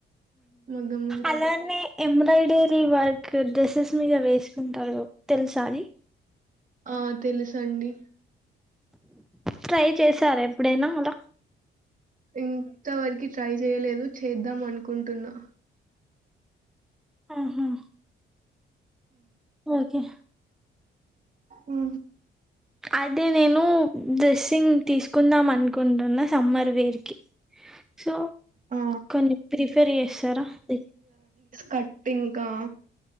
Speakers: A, on the right; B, in the centre.
A: మగ్గం వర్క్
B: అలానే ఎంబ్రాయిడరీ వర్క్ డ్రెస్సెస్ త్విగా వేసుకుంటారు తెలుసా అది
A: ఆ తెలుసండి
B: ట్రై చేశారా ఎప్పుడైనా అలా
A: ఇంతవరకి ట్రై చేయలేదు చేద్దాం అనుకుంటున్నా
B: ఆహా ఓకే
A: ఉ
B: అదే నేను డ్రెస్సింగ్ తీసుకుందాం అనుకు కుంటున్న సమ్మర్ విరికి సో
A: ఆ!
B: కొన్ని ప్రిఫేర్ చేస్తారా ది
A: కట్టింగ్ గా